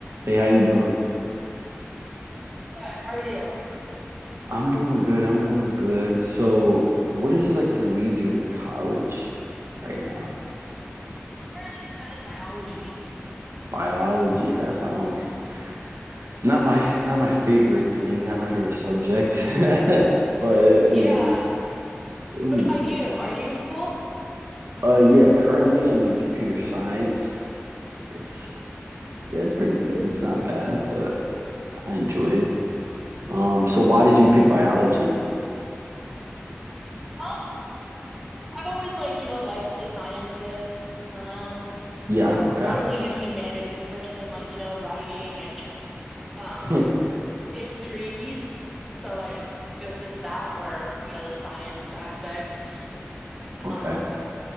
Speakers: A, on the right (about 75°); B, in the centre.
A: Hey, how you doing?
B: Good. How are you?
A: I'm doing good. I'm doing good. So, what is like your major in college right now?
B: Currently studying biology.
A: Biology. That sounds not my not my favorite thing, not my favorite subject. <laughs> But
B: Mhm.
A: I
B: Yeah.
A: mean, it'll
B: What
A: be
B: about
A: good.
B: you? Are you in school?
A: Uh yeah, currently I'm in computer science. It's yeah, it's pretty good. It's not bad, but I enjoy it. Um, so why did you pick biology?
B: Um, I've always like, you know, liked the sciences. Um,
A: Yeah, okay.
B: not really a humanities person, like, you know, writing and <laughs> um
A: <laughs>
B: history. <laughs> So like it was just that or, you know, the science aspect.
A: Okay.
B: Um,